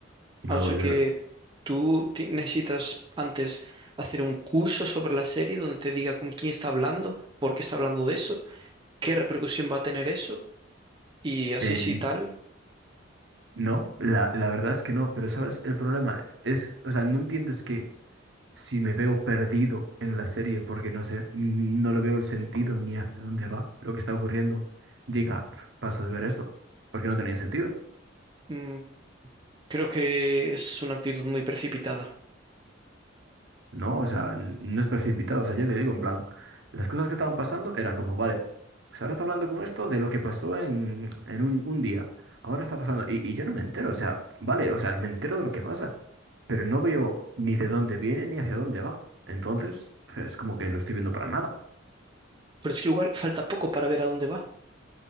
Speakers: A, on the right; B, on the right.
A: Y
B: Ah,
A: no
B: o
A: lo
B: sea
A: volví
B: que
A: a ver.
B: tú ti- necesitas antes hacer un curso sobre la serie donde te diga con quién está hablando, por qué está hablando de eso, qué repercusión va a tener eso, y así
A: Eh,
B: sí tal.
A: no, la, la verdad es que no, pero ¿sabes? El problema es, o sea, no entiendes que si me veo perdido en la serie porque no sé, n- no le veo el sentido ni hacia dónde va lo que está ocurriendo, diga, "Pf, paso de ver esto, porque no tenía sentido.
B: mm, creo que es una actitud muy precipitada.
A: No, o sea, n- no es precipitado. O sea, ya te digo, en plan, las cosas que estaban pasando era como, vale, pues ahora está hablando con esto de lo que pasó en, en un, un día. Ahora está pasando. Y, y yo no me entero, o sea, vale, o sea, me entero de lo que pasa, pero no veo ni de dónde viene ni hacia dónde va. Entonces, es como que lo estoy viendo para nada.
B: Pero es que igual falta poco para ver a dónde va.